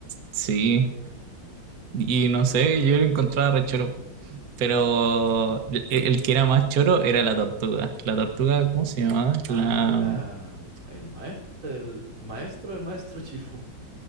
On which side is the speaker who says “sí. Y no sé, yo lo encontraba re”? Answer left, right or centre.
Right